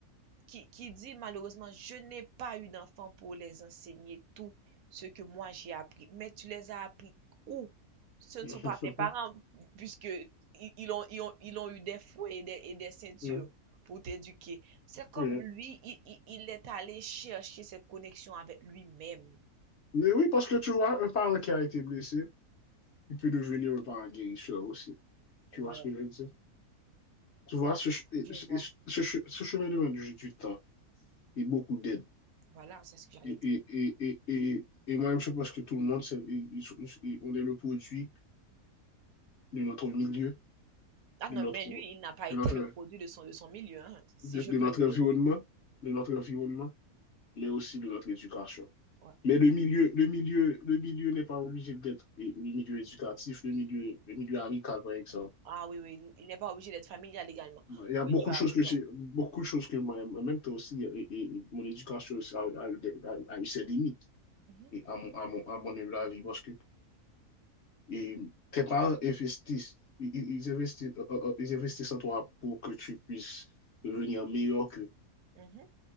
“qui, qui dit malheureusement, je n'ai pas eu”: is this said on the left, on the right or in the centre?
Right